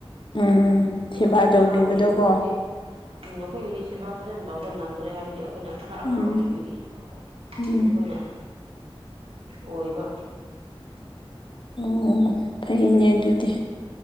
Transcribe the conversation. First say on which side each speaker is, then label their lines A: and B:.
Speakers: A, on the left; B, on the right.
A: ꯎꯝ
B: ꯑꯩꯈꯣꯏ
A: ꯁꯦꯕꯥ
B: ꯑꯩꯈꯣꯏꯅ
A: ꯇꯧꯕꯤꯕꯗꯣꯀꯣ
B: ꯑꯉꯥꯡ ꯑꯣꯏꯔꯤ ꯑꯩꯈꯣꯏꯕꯨꯗꯤ ꯎꯝ ꯑꯈꯣꯏꯒꯗꯤ ꯁꯦꯕꯥ ꯐꯖꯅ ꯇꯧꯕ ꯅꯪꯗ꯭ꯔꯦ ꯍꯥꯏꯕꯗꯤ ꯑꯩꯈꯣꯏꯅ ꯈꯔ ꯑꯉꯥꯡ
A: ꯎꯝ
B: ꯑꯣꯏꯔꯤꯕꯒꯤ
A: ꯎꯝ
B: ꯃꯈꯣꯏꯅ ꯑꯣꯏꯕ
A: ꯑꯣ ꯐꯩꯅꯦ ꯗꯨꯗꯤ